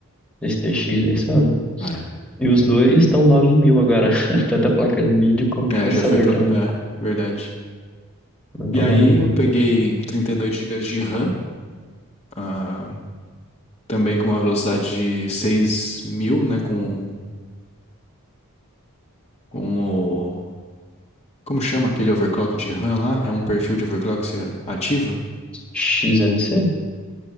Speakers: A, in the centre; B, on the left.
A: STX, é isso mesmo.
B: É,
A: E os dois estão nove mil agora. <laughs> Tanto a placa de vídeo como
B: é
A: o processador
B: já foi pronto.
A: também.
B: É, verdade.
A: Levantou
B: E aí
A: 9 mil.
B: eu peguei 32 gigas de RAM, ah, também com uma velocidade de 6000 né, com, com o... Como chama aquele overclock de RAM lá? É um perfil de overclock que você ativa?
A: XMC?